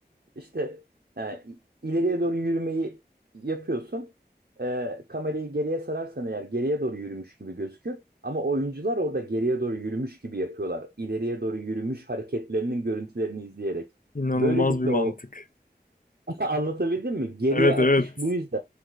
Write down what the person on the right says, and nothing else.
işte e, ileriye doğru yürümeyi yapıyorsun. E, kamerayı geriye sararsan eğer geriye doğru yürümüş gibi gözükür. Ama oyuncular orada geriye doğru yürümüş gibi yapıyorlar. İleriye doğru yürümüş hareketlerinin görüntülerini izleyerek.
Böylelikle
o <laughs> anlatabildim mi? Geriye
akış
bu yüzden.